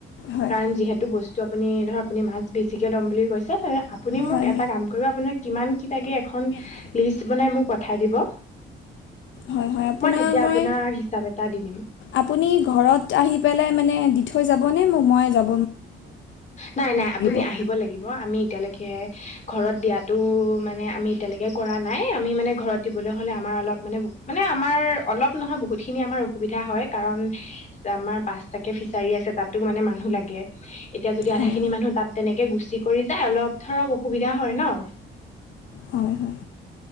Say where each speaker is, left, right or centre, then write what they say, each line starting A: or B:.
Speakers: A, on the left; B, on the left.
A: হয়
B: কাৰণ যিহেতু বস্তু আপুনি ধৰ আপুনি মাছ বেছিকে ল'ম বুলি কৈছে আপুনি মোক
A: হয়
B: এটা কাম কৰিব আপোনাক কিমান কি লাগে এখন
A: হয়
B: লিষ্ট বনাই মোক পঠাই দিব। <inaudible>
A: হয় হয় আপোনাৰ
B: তেতিয়া
A: মই
B: আপোনাক হিচাপ এটা দি দিম
A: আপুনি ঘৰত আহি পেলাই মানে দি থৈ যাব নে মোক মই যাম?
B: নাই নাই আপুনি
A: হয়
B: আহিব লাগিব আমি এতিয়ালেকে ঘৰত দিয়াতো মানে আমি এতিয়ালৈকে কৰা নাই। আমি মানে ঘৰত দিবলৈ হ'লে আমাৰ অলপ মানে মানে আমাৰ অলপ নহয় বহুত খিনি আমাৰ অসুবিধা হয়, কাৰণ আমাৰ পাঁচটাকে ফিচাৰী আছে তাতো মানে মানুহ লাগে। এতিয়া যদি আধা
A: হয়
B: খিনি মানুহ তাত তেনেকে গুচি কৰি যায় অলপ ধৰক অসুবিধা হয় ন। <inaudible>
A: হয় হয়